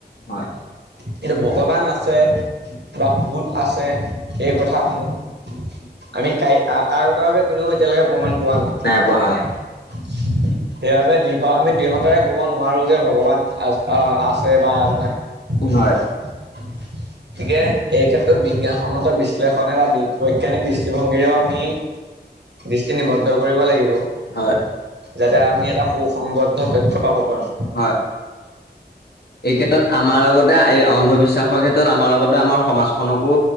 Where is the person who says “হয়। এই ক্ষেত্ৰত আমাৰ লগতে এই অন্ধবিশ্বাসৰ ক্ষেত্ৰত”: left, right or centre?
Left